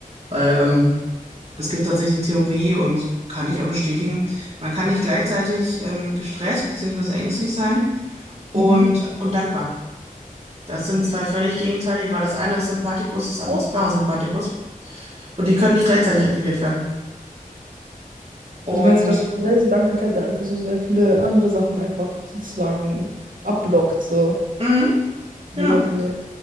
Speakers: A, on the right; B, on the right.
A: Weil ähm, es gibt tatsächlich die Theorie und kann ich auch bestätigen, man kann nicht gleichzeitig ähm, gestresst beziehungsweise ängstlich sein und,
B: Mhm.
A: und dankbar. Das sind zwei völlig gegenteilige, weil das eine ist Sympathikus, das andere
B: Ja.
A: ist Parasympathikus. Und die können nicht gleichzeitig aktiviert werden. Und,
B: Also meinst du, dass generell so Dankbarkeit dann einfach so sehr viele andere Sachen einfach sozusagen abblockt, so
A: mh, genau.
B: negative?